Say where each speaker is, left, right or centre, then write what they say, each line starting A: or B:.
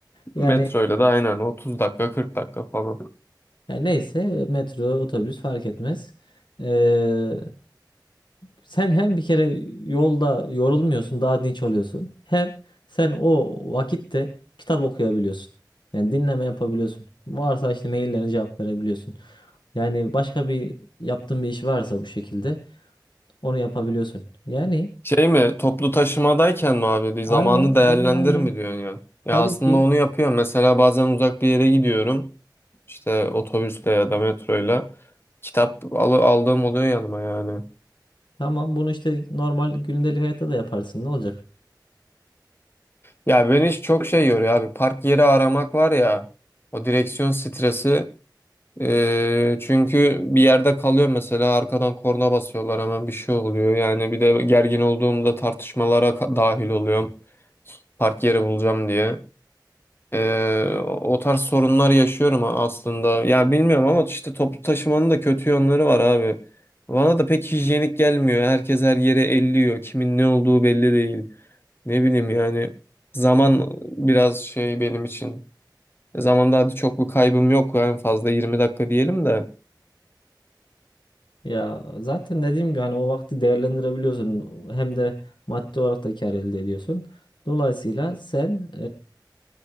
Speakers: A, on the left; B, on the left.
A: Yani,
B: Metroyla da aynen 30 dakika 40 dakika falan.
A: yani neyse metro, otobüs fark etmez. Ee, Sen hem bir kere yolda yorulmuyorsun, daha dinç oluyorsun. Hem sen o vakitte kitap okuyabiliyorsun. Yani dinleme yapabiliyorsun. Varsa işte maillerine cevap verebiliyorsun. Yani başka bir yaptığın bir iş varsa bu şekilde onu yapabiliyorsun. Yani
B: Şey mi toplu taşımadayken mi abi
A: aynen
B: zamanı değerlendir
A: aynen aynen.
B: mi diyorsun ya? Ya
A: Tabii
B: aslında
A: ki
B: onu yapıyor. Mesela bazen uzak bir yere gidiyorum. İşte otobüsle ya da metroyla. Kitap al aldığım oluyor yanıma yani.
A: tamam bunu işte normal gündelik hayatta da yaparsın. Ne olacak?
B: Ya beni hiç çok şey yoruyor abi. Park yeri aramak var ya. O direksiyon stresi. Ee, çünkü bir yerde kalıyor mesela arkadan korna basıyorlar hemen bir şey oluyor. Yani bir de gergin olduğumda tartışmalara ka- dahil oluyorum. Park yeri bulacağım diye. Ee, o tarz sorunlar yaşıyorum a- aslında. Ya bilmiyorum ama işte toplu taşımanın da kötü yönleri var abi. Bana da pek hijyenik gelmiyor. Herkes her yere elliyor. Kimin ne olduğu belli değil. Ne bileyim yani zaman biraz şey benim için. E, Zamanda hadi çok bir kaybım yok en fazla 20 dakika diyelim de.
A: Ya zaten dediğim gibi hani o vakti değerlendirebiliyorsun. Hem de maddi olarak da kâr elde ediyorsun. Dolayısıyla sen